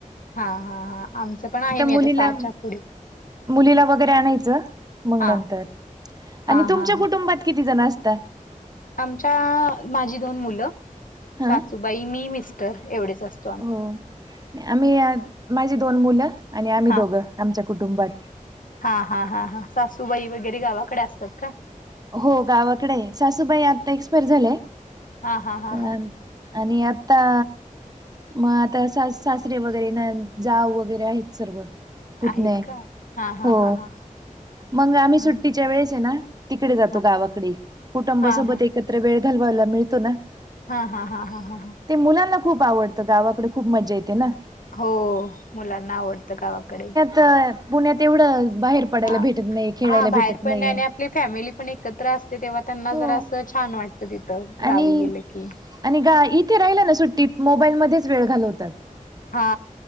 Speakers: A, on the left (about 75°); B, on the right (about 30°).
A: हा, हा, हा आमचं पण आहे. मी
B: मुलीला
A: आता सहाच्या पुढे.
B: मुलीला वगैरे आणायच मग
A: हा
B: नंतर.
A: हा
B: आणि तुमच्या
A: हा हा
B: कुटुंबात किती जण असता?
A: आमच्या माझी दोन मुलं,
B: हा
A: सासूबाई, मी, मिस्टर एवढेच असत.
B: हो आम्ही माझी दोन मुलं आणि आम्ही
A: हा
B: दोघं आमच्या कुटुंबात.
A: हा, हा, हा, हा सासूबाई वगैरे गावाकडे असतात का?
B: हो गावाकडे सासूबाई आता एक्सपायर झालंय
A: हा हा हा
B: अ
A: हा
B: आणि आता मग आता सासरे वगैरे नन जाव वगैरे आहेत सर्व. पुतणे
A: आहेत का? हा हा
B: हो
A: हा हा
B: मग आम्ही
A: हा
B: सुट्टीच्या वेळेस हेना तिकडे जातो
A: हा
B: गावाकडे कुटुंबासोबत
A: हा हा
B: एकत्र वेळ घालवायला मिळतोना.
A: हा, हा, हा, हा, हा.
B: ते मुलांना खूप आवडतं गावाकड खूप मज्जा येतेना.
A: हो मुलांना आवडत गावाकडे.
B: तर पुण्यात एवढं बाहेर पडायला
A: हा
B: भेटत नाही, खेळायला
A: हा बाहेर
B: भेटत नाही.
A: पण आणि आपली फॅमिली पण एकत्र असते तेव्हा त्यांना
B: हो.
A: जरा असं छान वाटतं तिथं गावी
B: आणि
A: गेलकी.
B: आणि ग इथे राहिला ना सुट्टीत मोबाईल मध्येच वेळ घालवतात.
A: हा..